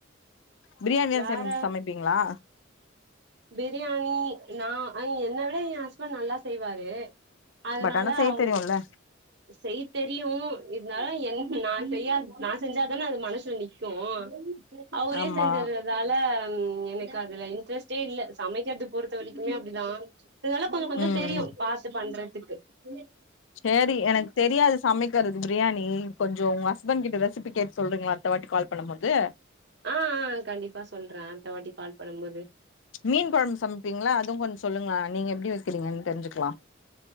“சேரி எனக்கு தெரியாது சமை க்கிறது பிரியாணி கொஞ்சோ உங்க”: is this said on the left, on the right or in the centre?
Left